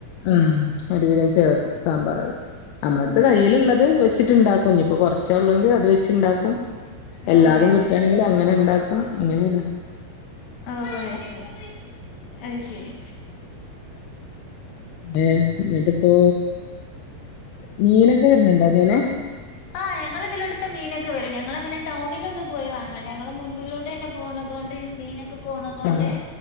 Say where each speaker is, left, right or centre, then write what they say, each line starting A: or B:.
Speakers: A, on the left; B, on the left.
A: ഉം ഒരുവിധം ചേർക്കും സാമ്പാറ്. അമ്മേട്ത്
B: ഓഹ്
A: കയ്യില്ള്ളത്
B: അത് ശരി
A: വെച്ച് ട്ട് ണ്ടാക്കും ഞ്ഞ് പ്പൊ കൊർ ച്ചോ ഉള്ളെങ്കി അത് വെച്ച് ണ്ടാക്കും
B: ഓ
A: എല്ലാതും
B: അതെ
A: കിട്ടാണെങ്കിൽ അങ്ങനെ ണ്ടാക്കും അങ്ങനെ ങ്ങനെ.
B: ഓഹ്അഹ് ശരി അഹ് ശരി.
A: എഹ് ന്ന്ട്ട്പ്പോ മീ നൊ കേര്ഞ്ഞു ണ്ടോ തീനെ
B: ആഹ് ഞങ്ങളെ തിലൂടെമീനൊക്കെവ രും ഞങ്ങളങ്ങന ടൗണിലൊന്നും പോയി വാങ്ങ ഞങ്ങളെ മുൻപിലൂടെഎന്നെ പോണ് തൊണ്ട് മീനക്ക് ക്ക് പോണ തോണ്ട്
A: ആഹ്